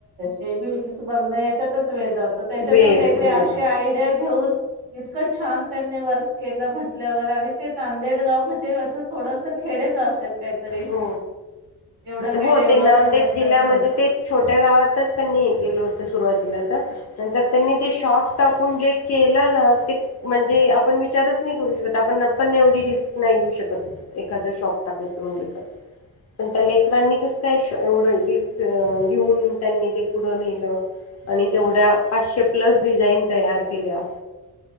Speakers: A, on the right; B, on the left.
A: हे रीलीलस बघण वेळ जातो त्याच्यातून
B: वेळ
A: काहीतरी
B: हो
A: अशी आयडिया घेऊन इतकं छान त्यांनी वर्क केलं म्हटल्यावर आणि ते तांदेडगाव म्हणजे असं थोडस खेडेच असेल काहीतरी
B: हो
A: एवढं काही
B: हो
A: डेव्हलप
B: ते नांदेड
A: वगैर
B: जिल्ह्यामध्ये
A: नसेल.
B: ते छोट्या गावातच त्यांनी हे केलं होतं सुरुवातीला
A: हां.
B: तर नंतर त्यांनी ते शॉप टाकून जे केलं ना ते म्हणजे आपण विचारच नाही करू शकत आपण न् पण एवढी रिस्क नाही घेऊ शकत एखाद शॉप टाकायचं म्हणल की पण त्या लेकरांनी कसं काय एवढं रिस्क घेऊन त्यांनी ते पुढं न्हेलं. आणि तेवढ्या पाचशे प्लस डिझाईन तयार केल्या